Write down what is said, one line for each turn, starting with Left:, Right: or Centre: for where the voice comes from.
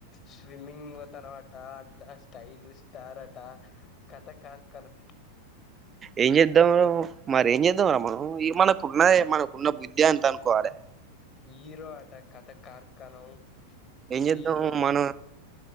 Left: స్విమ్మింగ్ పోతానావట అంతా స్టైల్ స్టార్ అట కత ఖార్ఖానా
Right: ఏం చేద్దాం రా మరి ఏం చేద్దాం రా మనం మనకున్న మనకున్న బుద్ధే అంత అనుకోవాలి
Left: హీరో ఆట కథ కార్ఖానం
Right: ఏం చేద్దాం
Left: హీరో
Right: మన